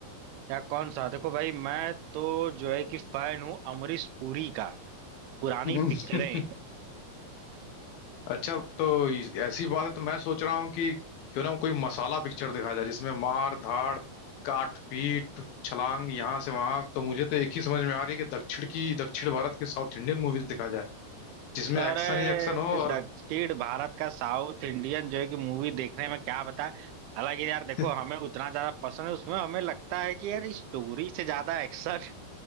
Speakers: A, on the right (about 85°); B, on the left (about 75°).
A: या कौन सा देखो भाई मैं तो जो है कि फैन हूँ अमरीश पुरी का पुरानी
B: <laughs>
A: पिक्चरें
B: अच्छा तो इस- ऐसी बात है तो मैं सोच रहा हूँ कि क्यों ना कोई मसाला पिक्चर दिखाया जाए जिसमें मार धाड़ काट पीट छलांग यहाँ से वहां तो मुझे तो एक ही समझ में आ रही है कि दक्षिण की दक्षिण भारत की साउथ इंडियन मूवीज दिखाया जाए जिसमें
A: अरे
B: एक्शन ही एक्शन हो
A: दक्षिण
B: और
A: भारत का साउथ इंडियन जो है कि मूवी देखने में क्या बताए हालांकि यार देखो
B: <laughs>
A: हमें उतना ज्यादा पसंद है उसमें हमें लगता है कि यार स्टोरी से ज्यादा एक्शन